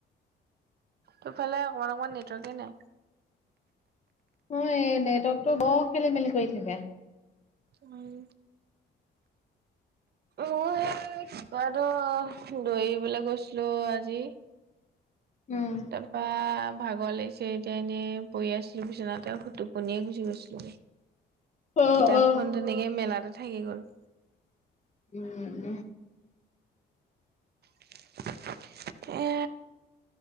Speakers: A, on the right; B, on the left.
A: তোৰ ফালে অকণমান অকণমান নেটৱৰ্কে নাই।
B: অ এই নেটৱৰ্কটো বৰ খেলি মেলি কৰি থাকে।
A: উম মই ৰাতিপুৱাটো দৰিবলে গৈছিলো আজি। <inaudible>
B: উম।
A: তাৰপৰা ভাগৰ লাগিছে এতিয়া এনেই পৰি আছিলো বিচনাতে টোপনিয়ে গুচি গৈছিলোগে।
B: অ',
A: কিতাপখন
B: অ'।
A: তেনেকে মেলাতে থাকি গ'ল।
B: উম।
A: <inaudible> এ